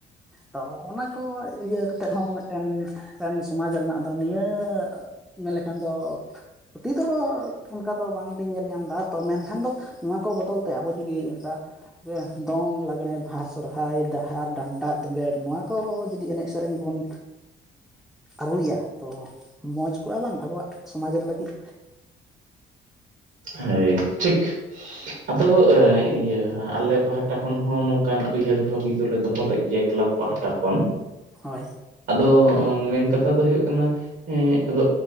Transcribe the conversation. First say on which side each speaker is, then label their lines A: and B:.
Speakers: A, in the centre; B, on the right.
A: ᱛᱚ ᱚᱱᱟ ᱠᱚ ᱤᱭᱟᱹ ᱠᱟᱛᱮ ᱦᱚᱸ ᱢᱤᱫ ᱴᱮᱱ ᱥᱚᱢᱟᱡᱽ ᱨᱮᱱᱟᱜ ᱟᱫᱚ ᱱᱤᱭᱟᱹ ᱢᱮᱱ ᱞᱮᱠᱷᱟᱱ ᱫᱚ ᱠᱷᱩᱛᱤ ᱫᱚ ᱚᱱᱠᱟ ᱫᱚ ᱵᱟᱝ ᱞᱤᱧ ᱧᱮᱞ ᱧᱟᱢ ᱮᱫᱟ ᱛᱚ ᱢᱮᱱᱠᱷᱟᱱ ᱫᱚ ᱱᱚᱣᱟ ᱠᱚ ᱵᱚᱫᱚᱞ ᱛᱮ ᱟᱵᱚ ᱡᱩᱫᱤ ᱚᱱᱠᱟ ᱫᱚᱝ ᱞᱟᱜᱽᱲᱮ ᱵᱟᱦᱟ ᱥᱚᱨᱦᱟᱭ ᱰᱟᱦᱟᱨ ᱰᱟᱱᱴᱟ ᱫᱚᱸᱜᱮᱲ ᱱᱚᱣᱟ ᱠᱚ ᱡᱩᱫᱤ ᱮᱱᱮᱡ ᱥᱮᱨᱮᱧ ᱵᱚᱱ ᱟᱨᱩᱭᱟ ᱛᱚ ᱢᱚᱡᱽ ᱠᱚᱜᱼᱟ ᱵᱟᱝ ᱟᱵᱚᱣᱟᱜ ᱥᱚᱢᱟᱡᱽ ᱨᱮ ᱞᱟᱹᱜᱤᱫ
B: ᱦᱮᱸ ᱴᱷᱤᱠ᱾ ᱟᱫᱚ ᱤᱭᱟᱹ ᱟᱞᱮ ᱯᱟᱦᱴᱟ ᱠᱷᱚᱱ ᱦᱚᱸ ᱱᱚᱝᱠᱟᱱ ᱩᱭᱦᱟᱹᱨ ᱵᱷᱟᱹᱵᱤ ᱫᱚᱞᱮ ᱫᱚᱦᱚ ᱞᱮᱫ ᱜᱮᱭᱟ ᱠᱞᱟᱵᱽ ᱯᱟᱦᱴᱟ ᱠᱷᱚᱱ
A: ᱦᱳᱭ
B: ᱟᱫᱚ ᱢᱮᱱ ᱠᱟᱛᱷᱟ ᱫᱚ ᱦᱩᱭᱩᱜ ᱠᱟᱱᱟ ᱦᱮᱸ ᱟᱫᱚ